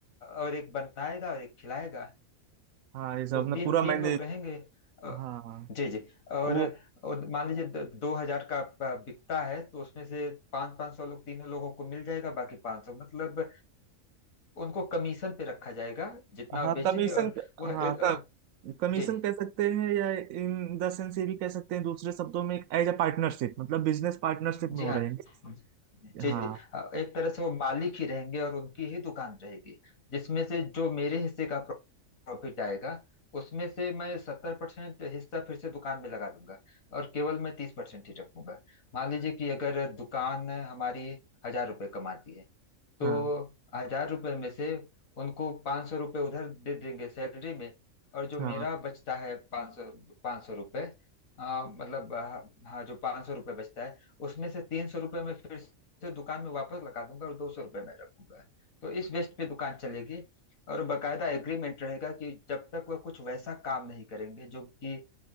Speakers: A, on the left; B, on the right.
A: और एक बनाएगा और एक खिलाएगा
B: हाँ ये सब
A: तो
B: ना
A: तीन
B: पूरा
A: तीन
B: मैंने
A: लोग रहेंगे अ,
B: हाँ
A: जी जी और,
B: वो
A: और मान लीजिए द- दो हजार का प- बिकता है तो उसमें से पाँच पाँच सौ लोग तीनों लोगों को मिल जाएगा बाकी पाँच सौ मतलब उनको कमीशन पे रखा जाएगा जितना आप
B: हाँ
A: बेचेंगे
B: कमीशन
A: और वह एक,
B: हाँ
A: अ,
B: का कमीशन
A: जी जी
B: कह सकते हैं या इन द सेंस ये भी कह सकते हैं दूसरे शब्दों में एज अ पार्टनरशिप मतलब बिजनेस पार्टनरशिप में
A: जी
B: हो
A: हाँ
B: रहेंगे
A: जी
B: हाँ
A: जी जी, अ, एक तरह से वो मालिक ही रहेंगे और उनकी ही दुकान रहेगी जिसमें से जो मेरे हिस्से का प्रॉफिट आएगा उसमें से मैं सत्तर परसेंट हिस्सा फिर से दुकान में लगा दूंगा और केवल मैं तीस परसेंट ही रखूंगा मान लीजिए कि अगर दुकान हमारी हजार रुपये कमाती है तो
B: हाँ
A: हजार रुपये में से उनको पाँच सौ रुपये उधर दे देंगे सैलरी में और जो
B: हाँ
A: मेरा बचता है पाँच सौ पाँच सौ रुपये आ, मतलब आ, हाँ जो पाँच सौ रुपये बचता है उसमें से तीन सौ रुपये मैं फिर से दुकान में वापस लगा दूंगा और दो सौ रुपये मैं रखूंगा तो इस बेस पे दुकान चलेगी और बकायदा एग्रीमेंट रहेगा कि जब तक वह कुछ वैसा काम नहीं करेंगे जो कि